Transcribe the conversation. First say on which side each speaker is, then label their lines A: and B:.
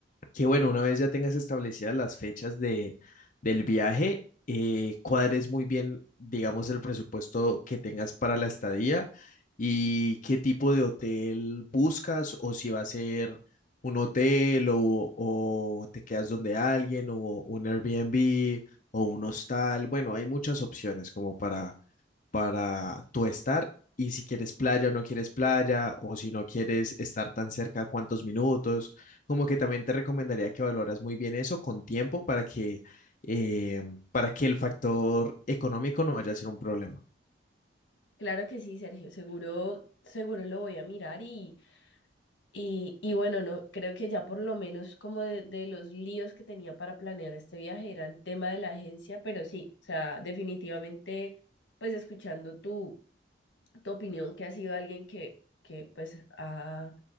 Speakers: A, on the left; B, on the left.
A: que bueno, una vez ya tengas establecidas las fechas de, del viaje, eh, cuadres muy bien, digamos, el presupuesto que tengas para la estadía y qué tipo de hotel buscas o si va a ser un hotel o, o te quedas donde alguien o un Airbnb o un hostal. Bueno, hay muchas opciones como para, para tú estar y si quieres playa o no quieres playa o si no quieres estar tan cerca, cuántos minutos. Como que también te recomendaría que valoras muy bien eso con tiempo para que, eh, para que el factor económico no vaya a ser un problema.
B: Claro que sí, Sergio, seguro, seguro lo voy a mirar y, y, y bueno, no, creo que ya por lo menos como de, de los líos que tenía para planear este viaje era el tema de la agencia, pero sí, o sea, definitivamente, pues escuchando tu tu opinión, que ha sido alguien que, que pues ha,